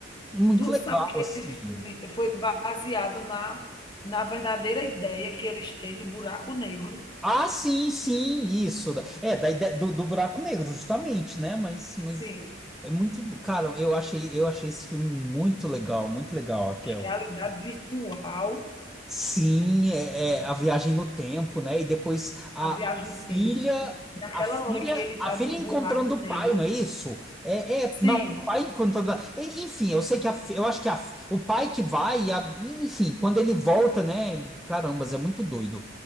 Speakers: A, in the centre; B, on the left.
A: muito
B: Tu
A: legal,
B: sabe que
A: assim.
B: esse filme foi baseado na, na verdadeira ideia que eles têm do buraco negro.
A: Ah, sim, sim, isso. É, da ideia do, do buraco negro, justamente, né? Mas, mas
B: Sim,
A: é muito, cara, eu achei, eu achei esse filme muito legal, muito legal, Raquel.
B: realidade virtual,
A: Sim, é, é a viagem no tempo, né? E depois a,
B: a
A: a
B: viagem no tempo.
A: filha,
B: Naquela
A: a filha,
B: hora que ele está
A: a filha
B: no
A: encontrando
B: buraco
A: o
B: negro,
A: pai, não é isso? É, é,
B: Sim,
A: não, o pai encontrando. a- e- Enfim, eu sei que a, fi- eu acho que a, o pai que vai, a- enfim, quando ele volta, né? Carambas, é muito doido.